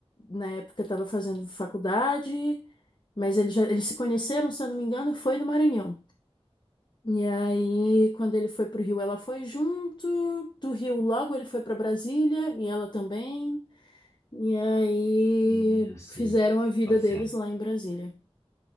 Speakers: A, on the left; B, on the left.
A: na época, estava fazendo faculdade, mas eles, já, eles se conheceram, se eu não me engano, e foi no Maranhão. E aí, quando ele foi pro Rio, ela foi junto. Do Rio, logo ele foi para Brasília e ela também. E aí,
B: Hum, Já sei.
A: fizeram a vida
B: Passear.
A: deles lá em Brasília.